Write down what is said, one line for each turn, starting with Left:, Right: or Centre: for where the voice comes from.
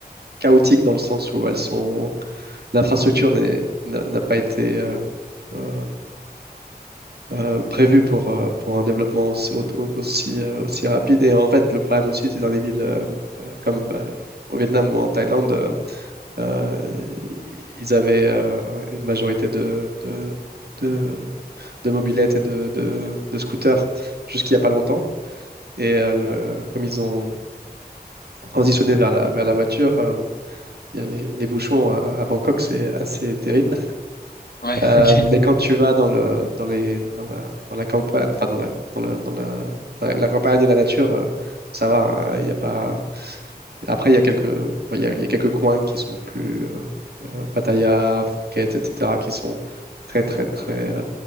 Right: chaotiques dans le sens où elles sont... L'infrastructure n'est- n'a n'a pas été... euh, euh, euh, prévu pour, euh, pour un développement aussi, au- au- aussi, euh, aussi rapide. Et en fait, le problème aussi, c'est dans les villes euh, euh, comme bah, au Vietnam ou en Thaïlande, euh, euh, ils avaient euh, une majorité de, de, de, de mobylettes et de, de, de scooters jusqu'il n'y a pas longtemps. Et euh, le- comme ils ont transitionné vers la, vers la voiture, euh, il y a les, les bouchons à, à Bangkok, c'est assez terrible.
Left: Ouais,
Right: Euh,
Left: <laughs> ok,
Right: mais quand tu vas dans le, dans les, dans la, dans la campagne, enfin dans la, dans le, dans la, la- la campagne et la nature, euh, ça va. hein, Il y a pas. Après, il y a quelques, bon, il y a, il y a quelques coins qui sont plus euh, euh, Pattaya, Phuket, etc., qui sont très, très, très euh,